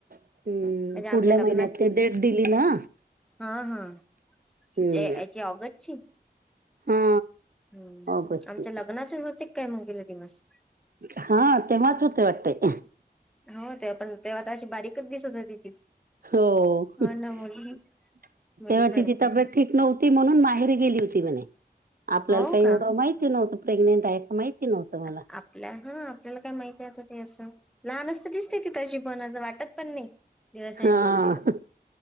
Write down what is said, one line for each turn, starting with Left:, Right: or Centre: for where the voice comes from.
Right: हम्म
Centre: म्हणजे आमच्या
Right: पुढल्या
Centre: लग्न
Right: महिन्यात ते डेट दिली ना
Centre: हा हा.
Right: हम्म
Centre: ते जे ऑगस्टची
Right: हा
Centre: हम्म
Right: ऑगस्टची
Centre: आमच्या लग्नाचे होते काय मुगेले दिवस
Right: हा तेव्हाच होते वाटते.
Centre: हो तेव्हा पण तेव्हा अशी बारीकच दिसत होती ती.
Right: हो.
Centre: हो
Right: <unintelligible>
Centre: ना मुलगी मुलीसारखी
Right: तेव्हा तिची तब्येत ठीक नव्हती म्हणून, माहेरी गेली होती म्हणे. आपल्याला
Centre: हो
Right: काही
Centre: का
Right: एवढं माहिती नव्हतं प्रेग्नेंट आहे का माहिती नव्हतं. मला
Centre: आ आपल्या हा आपल्या आपल्याला काय माहितीय ते असं. लहान असतं दिसते ति तशी पण आज वाट. वाटत पण नाही दिवसाई
Right: हा
Centre: म्हणून तिला.